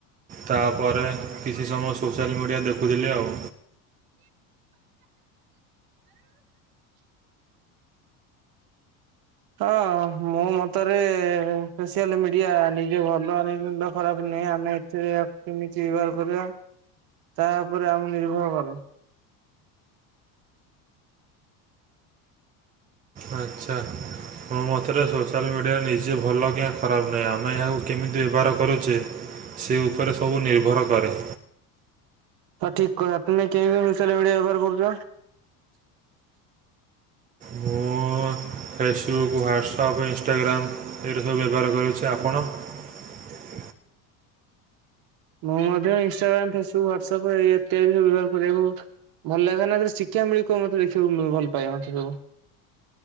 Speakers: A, on the right; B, on the right.
A: ତାପରେ, କିଛି ସମୟ ସୋସିଆଲ ମିଡ଼ିଆ ଦେଖୁଥିଲି ଆଉ।
B: ହଁ ମୋ ମତରେ ସୋସିଆଲ ମିଡିଆ ନିଜେ ଭଲ ଆଉ ମୁଣ୍ଡ ଖରାପ ଆମେ ଏଥିରେ ଆକୁ କେମିତି ବ୍ୟବହାର କରିବା। ତା ଉପରେ ଆମେ ନିର୍ଭର କରେ।
A: ଆଚ୍ଛା ମୋ ମତରେ ସୋସିଆଲ୍ ମିଡ଼ିଆ ନିଜେ ଭଲ କି ଖରାପ ନାହିଁ। ଆମେ ଏହାକୁ କେମିତି ବ୍ୟବହାର କରୁଛେ, ସେ ଉପରେ ସବୁ ନିର୍ଭର କରେ।
B: ହଁ ଠିକ କହ ତୁମେ କେମତି ସୋସିଆଲ ମିଡିଆ ବ୍ୟବହାର କରୁଚ?
A: ମୁଁ ଫେସବୁକ୍, ହ୍ଵାଟ୍ସଆପ୍, ଇନଷ୍ଟାଗ୍ରାମ୍ ଏଇଟା ସବୁ ବ୍ୟବହାର କରୁଚି। ଆପଣ? <inaudible>
B: ମୁଁ ମଧ୍ୟ ଇନଷ୍ଟାଗ୍ରାମ, ଫେସବୁକ୍, ହ୍ୱାଟସପ୍ ଇତ୍ୟାଦି ବ୍ୟବହାର କରିବାକୁ ଭଲ ଲାଗେ, ନାରେ ଶିକ୍ଷା ଭିତିକ ମତେ ଦେଖିବାକୁ ଭଲ ପାଏ ମତେ ସବୁ।